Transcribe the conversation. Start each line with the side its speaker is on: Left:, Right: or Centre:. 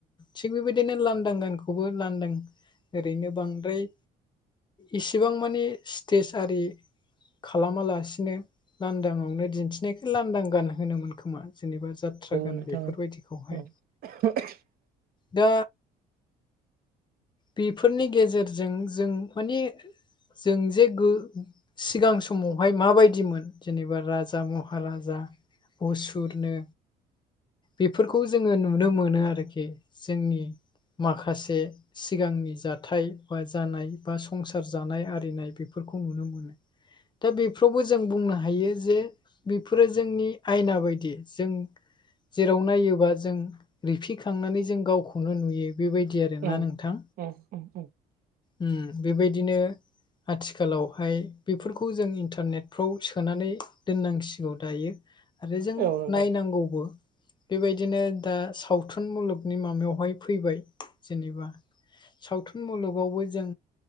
Left: थिग बेबायदिनो लांदां गानखौबो लांदां ओरैनो बांद्राय इसिबां मानि स्टेेज आरि खालामालासिनो लांदांआवनो दिन्थिनायखौ लांदां गान होनोमोन खोमा जेनेबा जों जाथ्रा गान
Right: नोंथां
Left: बेफोरबायदिखौहाय
Right: <unintelligible>
Left: दा बेफोरनि गेजेरजों जों माने जों जे गो सिगां समावहाय माबायदिमोन जेनेबा राजा महाराजा मुसुरनो बेफोरखौ जोङो नुनो मोनो आरोखि जोंनि माखासे सिगांनि जाथाय बा जानाय बा संसार जानाय आरिनाय बेफोरखौ नुनो मोनो। दा बेफ्रावबो जों बुंनो हायो जे बेफोरो जोंनि आयना बायदि जों जेराव नायोबा जों रिफिखांनानै जों गावखौनो नुयो। बेबायदि आरो
Right: उम
Left: ना नोंथां।
Right: उम उम
Left: उम बेबायदिनो आथिखालावहाय बेफोरखौ जों इन्टारनेटफ्राव सोनानै दोननांसिगौ दायो। आरो
Right: औ
Left: जों नायनांगौबो बेबायदिनो दा सावथुन मुलुग नि माबायावहाय फैबाय जेनेबा सावथुन मुलुगावबो जों